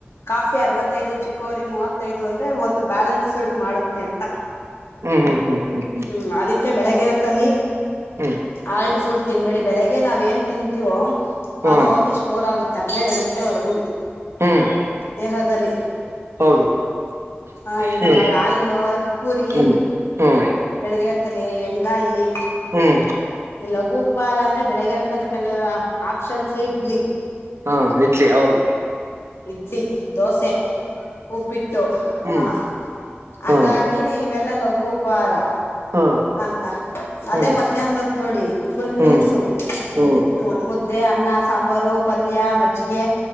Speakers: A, on the left (about 70°); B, on the right (about 85°).
A: ಕಾಫಿ ಅರವತ್ತೈದು ಚಿಿಕೋರಿ ಮೂವತ್ತೈದು ಅಂದ್ರೆ ಒಂದು ಬ್ಯಾಲೆನ್ಸ್ ಮಾಡುತ್ತೆ ಅಂತ
B: ಹ್ಮ್ ಹ್ಮ್ ಹ್ಮ್ ಹ್ಮ್ ಹ್ಮ್
A: ಹ ಅದಕ್ಕೆ ಬೆಳಗ್ಗೆ ಹೊತ್ತಲ್ಲಿ
B: ಹ್ಮ್ ಹ್ಮ್
A: ಆಯಿಲ್ ಫುಡ್ ತಿನ್ಬೇಡಿ ಬೆಳಿಗ್ಗೆ ನಾವ್ ಏನ್ ತಿಂತೀವೋ
B: ಹ್ಮ್
A: ಅದು ಹೋಗಿ ಸ್ಟೋರ್ ಆಗುತ್ತೆ ಹನ್ನೆರಡು ಗಂಟೆವರೆಗುನೂ
B: ಹ್ಮ್
A: ದೇಹದಲ್ಲಿ
B: ಹೌದು
A: ಹಾ ಈಗ
B: ಹ್ಮ್
A: ನಾವ್ ಆಯಿಲು ಪೂರಿ
B: ಹ್ಮ್ ಹ್ಮ್
A: ಬೆಳಗ್ಗೆಯತ್ತಲೆ ಎಣಗಾಯಿ
B: ಹ್ಮ್
A: ಈ ಲಘು ಉಪಹಾರ ಅಂದ್ರೆ ಬೆಳಿಗ್ಗೆತ ಕೆ ಆಪ್ಷನ್ಸೇ ಇಡ್ಲಿ
B: ಹಾ ಇಡ್ಲಿ ಹೌದು
A: ಇಡ್ಲಿ ದೋಸೆ ಉಪ್ಪಿಟ್ಟು
B: ಹ್ಮ್
A: ಹಾ ಹಂಗಾಗಿ
B: ಹಾ
A: ಗನೇ ಇವೆಲ್ಲ ಲಘು ಉಪಹಾರ
B: ಹಾ
A: ಅಂತ ಅದೇ
B: ಹ್ಮ್
A: ಮಧ್ಯಾಹ್ನ ಹೊತ್ ನೋಡಿ ಫುಲ್
B: ಹ್ಮ್
A: ಮಿಲ್ಸು
B: ಹ್ಮ್
A: ಹ ಮುದ್ದೆ ಅನ್ನ ಸಾಂಬಾರು ಪಲ್ಯ ಮಜ್ಜಿಗೆ